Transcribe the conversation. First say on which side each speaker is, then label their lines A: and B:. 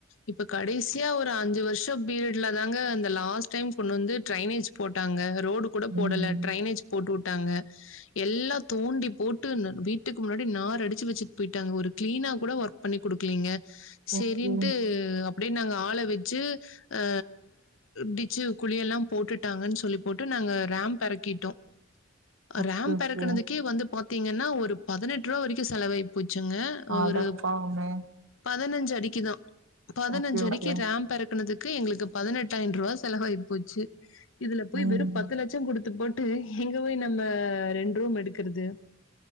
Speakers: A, on the left; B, on the right.
A: இப்ப கடைசியா ஒரு அஞ்சு வருஷ பீரியட்ல தாங்க அந்த லாஸ்ட் டைம் கொண்டு வந்து டிரைனேஜ் போட்டாங்க ரோடு கூட
B: ம்
A: போடல ட்ரைனேஜ் போட்டு வுட்டாங்க எல்லா தோண்டி போட்டு வீட்டுக்கு முன்னாடி நார அடிச்சு வச்சுட்டு போயிட்டாங்க ஒரு கிளீனா கூட ஒர்க் பண்ணி குடுக்லீங்க சரின்ட்டு
B: ஓகே
A: அப்டியே நாங்க ஆள வச்சு ஆ டிச்சு குழிய எல்லா போட்டுட்டாங்கன்னு சொல்லி போட்டு நாங்க ரேம் பெறக்கிட்டோ
B: ஓகே
A: ரேம்
B: ஓகே
A: பெறக்கனதுக்கே வந்து பாத்தீங்கன்னா ஒரு பதினெட் ரூவா வரைக்கு செலவாயி பூச்சுங்க
B: அட
A: ஒரு
B: பாவமே
A: பதினஞ்சு அடிக்குதா பதினஞ்சு
B: ஓகே
A: அடிக்கு
B: ஓகே
A: ரேம் பெறக்குனதுக் எங்ளுக்கு பதினெட்டயிரன் ரூவா செலவாய்போச்சு இதுல போய்
B: ம்
A: வெறு பத்து லட்சங்குடுத் போட்டு எங்க ஒய் நம்ம ரெண்ரூம் எடுக்குற்து